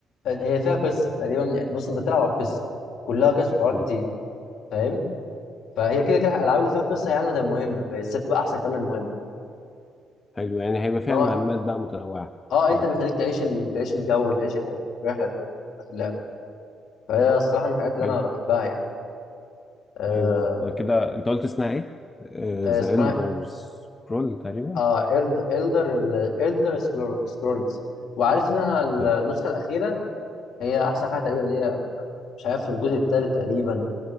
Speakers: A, on the left; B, on the left.
A: هي فيها قصه تقريبا يعني. بص انت بتلعب على القصه كلها قصص وحوارات
B: امم
A: كتير فاهم فهي كده كده الالعاب اللي فيها قصه هي عامله زي المهمه بس بتبقى احسن كمان من المهمه
B: حلو يعني هيبقى
A: ان
B: فيها
A: هو
B: مهمات بقى متنوعة
A: اه انت
B: اه
A: بيخليك تعيش ال... تعيش الجو تعيش الح- الرحله بتاعت اللعب فهي الصراحه من الحاجات اللي
B: حلو
A: انا بحبها يعني آه...
B: ايوه آه، كده انت قلت اسمها ايه؟
A: آه،
B: ذا
A: اسمها
B: إلدر سكرول تقريبا
A: اه إلد- إلدر ال- إلدر سكرول- سكرولز وعارف منها
B: اه
A: النسخة الأخيرة هي أحسن حاجة تقريبا اللي هي مش عارف في الجزء الثالث تقريبا اللي